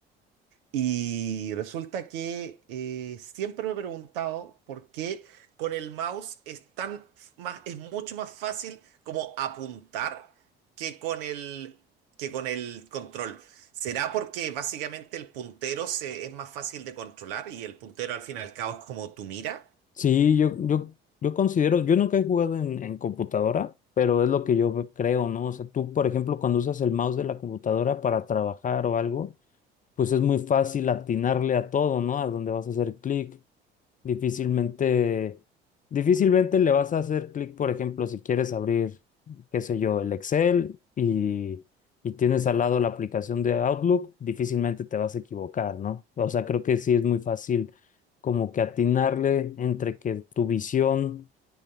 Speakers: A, on the right; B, on the left.
A: Y resulta que eh, siempre me he preguntado por qué con el mouse es tan f- más, es mucho más fácil como apuntar que con el que con el control. ¿Será porque básicamente el puntero se, es más fácil de controlar y el puntero al fin y al cabo es como tu mira?
B: Sí, yo, yo, yo considero, yo nunca he jugado en, en computadora, pero es lo que yo creo, ¿no? O sea, tú, por ejemplo, cuando usas el mouse de la computadora para trabajar o algo, pues es muy fácil atinarle a todo, ¿no? A donde vas a hacer clic. Difícilmente, difícilmente le vas a hacer clic, por ejemplo, si quieres abrir, qué sé yo, el Excel y, y tienes al lado la aplicación de Outlook, difícilmente te vas a equivocar, ¿no? O sea, creo que sí es muy fácil como que atinarle entre que tu visión